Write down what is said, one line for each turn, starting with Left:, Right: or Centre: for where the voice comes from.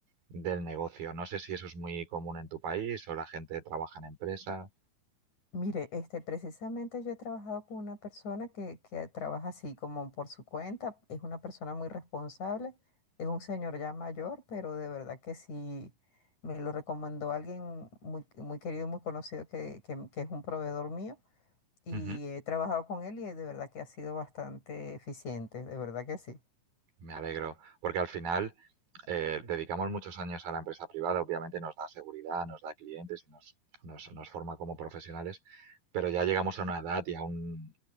Right: del negocio. No sé si eso es muy común en tu país o la gente trabaja en empresas.
Left: Mire, este, precisamente yo he trabajado con una persona que, que trabaja así como por su cuenta, es una persona muy responsable, es un señor ya mayor, pero de verdad que sí, me lo recomendó alguien muy, muy querido, muy conocido que, que, que es un proveedor mío y
Right: Ujú,
Left: he trabajado con él y de verdad que ha sido bastante eficiente, de verdad que sí.
Right: Me alegro, porque al final eh, dedicamos muchos años a la empresa privada, obviamente nos da seguridad, nos da clientes y nos, nos, nos forma como profesionales, pero ya llegamos a una edad y a un